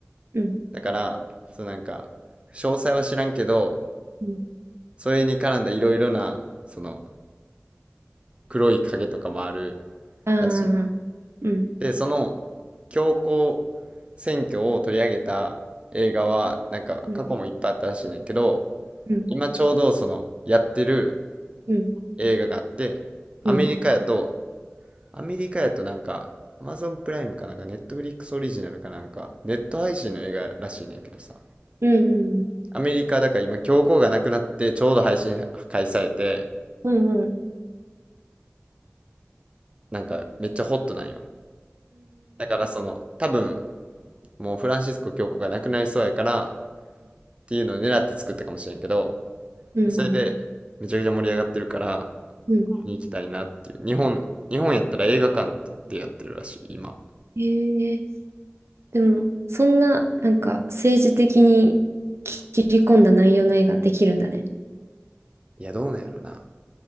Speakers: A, on the right; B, on the right.
A: ん、うん、
B: だからそうなんか詳細は知らんけど
A: うん、
B: それに絡んだいろいろなその黒い影とかもある
A: ああ、
B: らしい。
A: うん、
B: でその教皇選挙を取り上げた映画はなんか過去もいっぱいあったらしいねんけど
A: うん、うん、
B: 今ちょうどそのやってる
A: うん、
B: 映画があってアメリカやと
A: うん、
B: アメリカやとなんか Amazon プライムかなんか Netflix オリジナルかなんかネット配信の映画らしいねんけどさ
A: うん、うん、
B: アメリカだから今教皇がなくなってちょうど配信開催されて
A: うん、うん、
B: なんかめっちゃホットなんよだからその多分もうフランシスコ教皇がなくなりそうやからっていうのを狙って作ったかもしれんけど
A: うん、
B: それでめちゃくちゃ盛り上がってるから
A: うん、
B: 見に行きたいなっていう日本日本やったら映画館でやってるらしい今
A: ええでも、そんな、なんか、政治的に切り込んだ内容の映画できるんだね。
B: いやどうなんやろな